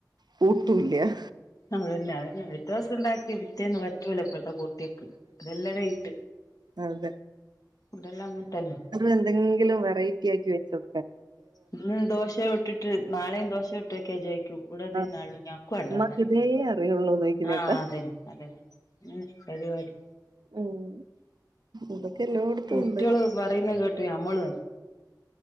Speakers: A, on the right (about 70°); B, on the left (about 55°).
A: കൂട്ടൂല്ല.
B: അതന്നെ അതന്നെ പിറ്റേദിവസം ഉണ്ടാക്കിയ പിറ്റേന്ന് പറ്റൂല ഇപ്പഴത്തെ കുട്ടിയക്ക് അതെല്ലടെണ്ട്
A: അയ്
B: ഈടെയെല്ലം അങ്ങൻതന്നെ.
A: എന്തെങ്കിലും വെറൈറ്റി ആക്കി വെക്കും.
B: ഇന്ന് ദോശ ചുട്ടിട്ട് നാളെയും ദോശ ചുട്ട് വയ്ക്കാൻ ചോയ് കൂട <unintelligible>
A: ആഹ്
B: ഞാക്കു വേണ്ടാന്നറയും
A: ഇമ്മാക്ക് ഇതേ അറിയൊള്ളൂന്ന് ചോയിക്കുന്നേക്കാ
B: ആഹ് അതന്നെ അതന്നെ ഉം പരിപാടി
A: ഉം ഇതൊക്കെ എല്ലോടത്തുണ്ട്.
B: കുട്ടികള് പറയുന്ന കേട്ട് നമ്മള്